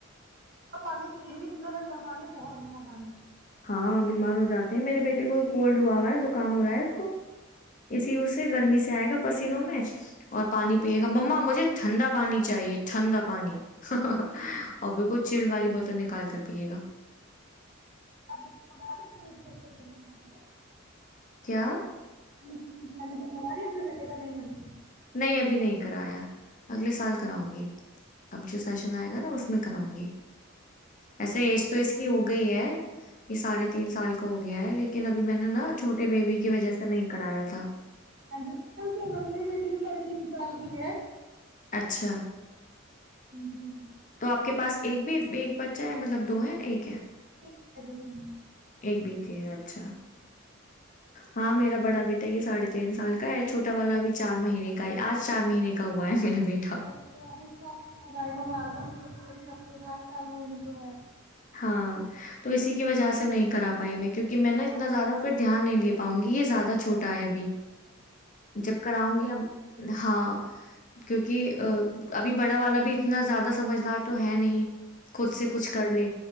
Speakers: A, on the right; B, on the left.
A: ج پانی پئیں گے اتنا ٹھڈا پانی بہت ٹنڈا پانی
B: ہاں بیمار ہو جاتے ہیں میرے بیٹے کو کولڈ ہوا ہوا ہے کام ہو رہا ہے اس کو اسی اس سے گرمی سے آئے گا پسینوں میں اور پانی پیے گا ما مجھے ٹھنندا پانی چاہیے ٹھنندا پانی اور بالکل چل والی بوتل نکال کر پیے گا
A: نے پکول آ اپنے ر ل
B: کیا
A: م من کای اپنے بیٹے کا نہیں ابھی
B: نہیں ابھی نہیں کرایا اگلے سال کراؤں گی اب جو سیشن آئے گا نا اس میں کراؤں گی ایسا ایج تو اس کی ہو گئی ہے یہ ساڑھے تین سال کا ہو گیا ہے لیکن یکن ابھی میں نے نا چھوٹے بیبی کی وجہ سے نہیں کرایا تھا
A: ہاں جی س سے ممییری بیٹی بھی سڑے تین سال ہو ہے
B: اچھا
A: ج جی
B: تو آپ کے پاس ایک بھی ایک بچہ ہے مطلب دو ہے ایک ہے
A: اے ہی
B: ایک بیٹی اچھا ہاں میرا بڑا بیٹا یہ ساڑھے تین سال کا ہے چھوٹا والا بھی چار مہینے کا ہے آج چار مہینے کا ہوا ہے میرا بیٹا
A: اچھا تو رائی مبارک ہم م پ رات چار مہنے جو ہے
B: ہاں تو اسی کی وجہ سے نہیں کرا پائی میں کیونکہ کہ میں نے اتنا
A: ہاں جی
B: زیادہ پھر دھیان نہیں دیا پنگ یہ زیادہ چھوٹا
A: نہیں
B: ہے
A: نہیں
B: ابھی جب کراؤں گی اب ہاں کیونکہ ا ابھی بڑا والا بھی اتنا زیادہ سمجدار تو ہے نہیں خچود سے کچھ کر لے